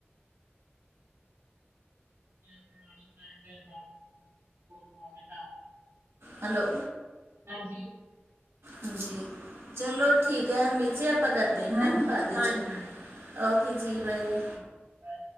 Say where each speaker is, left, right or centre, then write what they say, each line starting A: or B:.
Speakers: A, on the right; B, on the right.
A: ਮਿੰ ਬਾਅਦ <inaudible> ਤੋਂ ਆ ਕੇ ਸ਼ਾਮ ਨੂੰ
B: ਹੈਲੋ
A: ਹਾਂਜੀ।
B: ਹਾਂਜੀ ਚਲੋ ਠੀਕ ਐ, ਹਹਰਮੀਤ ਜੀ ਆਪਾਂ ਕਰਦੇ ਹਨਾ
A: ਹਾਂਜੀ
B: ਬਾਅਦ ਵਿੱਚ।
A: ਹਾਂਜੀ ਹਾਂਜੀ ਠੀਕ ਹੈ
B: ਓਕੇ ਜੀ ਬਾਏ।
A: Okay bye